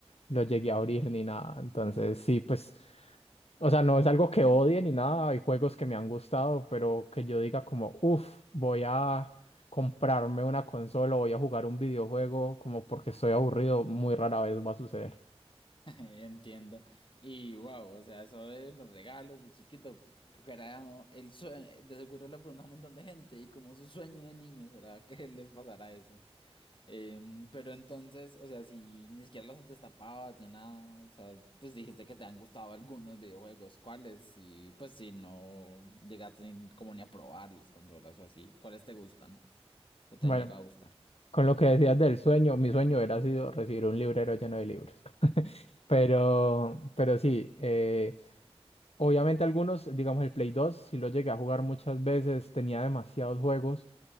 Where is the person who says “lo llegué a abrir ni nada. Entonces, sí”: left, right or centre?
Left